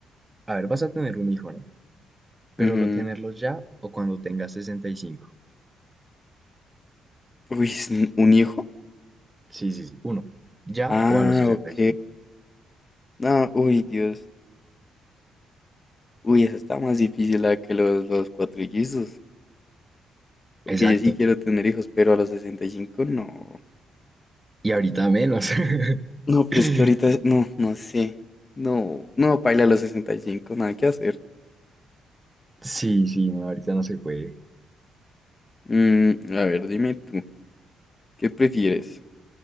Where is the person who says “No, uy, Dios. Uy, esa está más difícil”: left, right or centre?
Left